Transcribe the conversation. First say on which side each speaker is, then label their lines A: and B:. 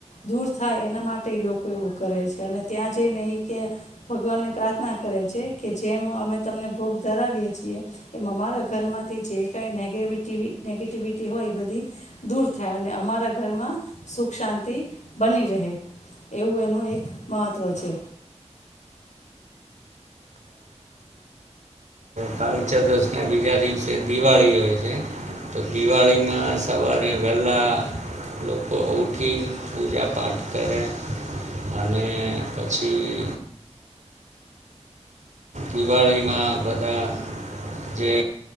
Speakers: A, on the left (about 90°); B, on the right (about 85°).
A: દૂર થાય એના માટે એ લોકો એવું કરે છે, અને ત્યાં જઈને એ કે, ભગવાનને પ્રાર્થના કરે છે કે જેમ અમે તમને ભોગ ધરાવીએ છીએ, એમ અમારા ઘરમાંથી જે કાંઈ નેગેવિટી નેગેટિવિટી હોય એ બધી, દૂર થાય અને અમારા ઘરમાં સુખ શાંતિ બની રહે, એવું એનું એક મહત્ત્વ છે.
B: કાળુ ચતસ ના બીજા દિવસે દિવાળી હોય છે. તો દિવાળી માં સવારે વહેલાં લોકો ઉઠી પૂજા પાઠ કરે, અને પછી દિવાળીમાં બધા જે